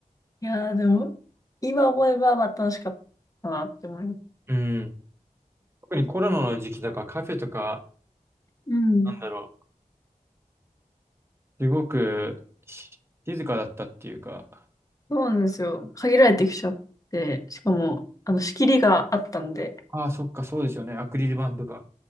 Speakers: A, on the left; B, on the right.
A: いやー、でも、今思えばまあ楽しかったなって思います。
B: うん。特にコロナの時期とかカフェとか、
A: うん。
B: なんだろう。すごくし静かだったっていうか、
A: そうなんですよ。限られてきちゃって、しかも、あの、仕切りがあったんで。
B: ああ、そっか、そうですよね。アクリル板とか。